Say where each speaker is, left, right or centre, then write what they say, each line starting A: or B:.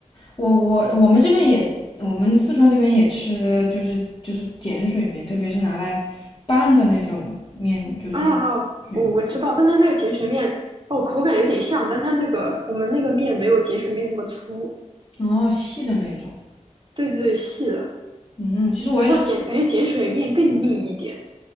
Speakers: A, on the left (about 35°); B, on the right (about 40°).
A: 我我我们这边也，我们四川这边也吃，就是就是碱水面，特别是拿来拌的那种面，就是碱
B: 啊，哦我我知道，
A: 水面，
B: 但它那个碱水面哦，口感有点像，但它那个我们那个面没有碱水面那么粗，
A: 哦，细的那种。
B: 对对细的。
A: 嗯，其实我也喜，
B: 然后碱感觉碱水面更硬一点